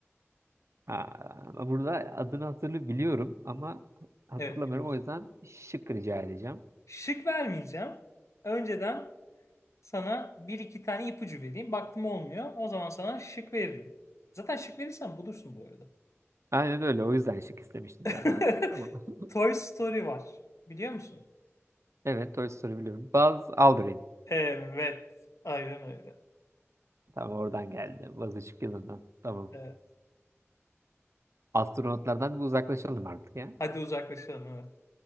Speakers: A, on the right; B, on the left.
A: Aa, burada adını hatırlı biliyorum ama hatırlamıyorum.
B: Evet biliyoruz.
A: O yüzden şık rica edeceğim.
B: Şık vermeyeceğim. Önceden sana bir iki tane ipucu vereyim. Baktım olmuyor. O zaman sana şık veririm. Zaten şık verirsem bulursun bu arada.
A: Aynen öyle. O yüzden şık istemiştim
B: <laughs>
A: zaten. Tamam. <laughs>
B: Toy Story var. Biliyor musun?
A: Evet. Toy Story biliyorum. Buzz Aldrin.
B: Evet. Aynen öyle.
A: Tamam oradan geldi. Buzz ışık yılından. Tamam.
B: Evet.
A: Astronotlardan bir uzaklaşalım artık ya.
B: Hadi uzaklaşalım evet.